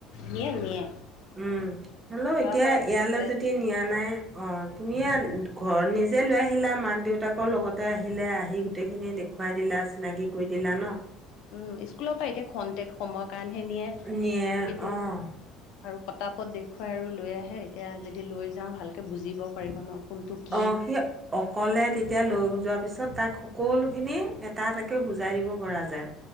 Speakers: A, on the left; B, on the right.
A: নিয়ে নিয়ে।
B: উম, হ'লেও
A: যোৱাবাৰ
B: এতিয়া
A: নিছিলে
B: ইয়ালৈ যদি নিয়া নাই অ' তুমিয়ে ঘৰত নিজে লৈ আহিলা, মাক দেউতাকৰ লগতে আহিলে, আহি গোটেই খিনি দেখুৱাই দিলা, চিনাকি কৰি
A: সেইটোৱে
B: দিলা ন'।
A: উম, স্কুলৰ পৰা এতিয়া খন্তে সময়ৰ কাৰণে হে নিয়ে
B: নিয়ে
A: কিন্তু
B: অ',
A: আৰু পতা পত দেখুৱাই আৰু লৈ আহে, এতিয়া যদি লৈ যাওঁ ভালকে বুজিবও পাৰিব ন'। কোনটো কি
B: অ' সিয় অকলে তেতিয়া লৈ যোৱাৰ পিছত তাক সকলোখিনি এটা এটাকে বুজাই দিব পৰা যায়।